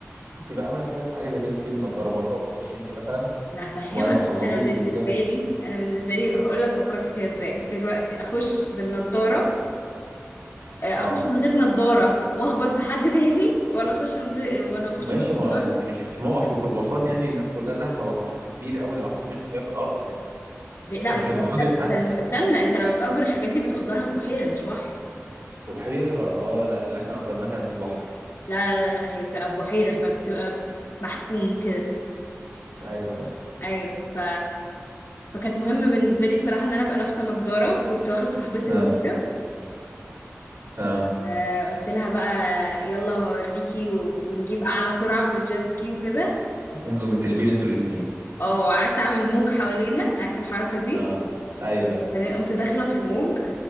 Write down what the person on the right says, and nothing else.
تبقى عاملة حسابك في حاجة زي كده تسيبي النضارة بره وتخشي انت مثلا
وبعد ما تخلصي
تبقي ترجعي تاني.
اه
ماشي
ما انت مش في موقف ميكروباصات يعني الناس كلها زحمة ده بحر كبير قوي ده 71% من الأرض يعني
فمش
هتقعدي
في حد
بحيرة اه لا اللي احنا أجرناه كان في بحر
ايوه ايوه
اه
اه
انتوا متقلبين انتوا الاتنين
اه ايوه ايوه